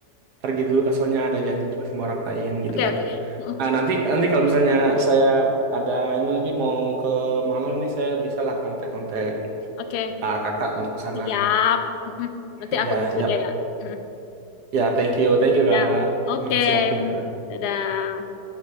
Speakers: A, on the right; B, on the left.
A: pergi dulu Kak, soalnya ada janji juga sama orang lain gitu
B: Oke,
A: kan.
B: oke, Heeh,
A: Nah, nanti nanti kalau misalnya saya ada ini lagi mau ke Malang nih, saya bisa lah kontak-kontak
B: Oke,
A: ah, Kakak untuk ke sana.
B: siap. Mm-mm. Nanti
A: Ya,
B: aku tunggu
A: siap.
B: deh Kak. Mm-mm.
A: Ya, thank you. Thank you Kak.
B: Ya, oke,
A: Makasih waktunya.
B: Dadah.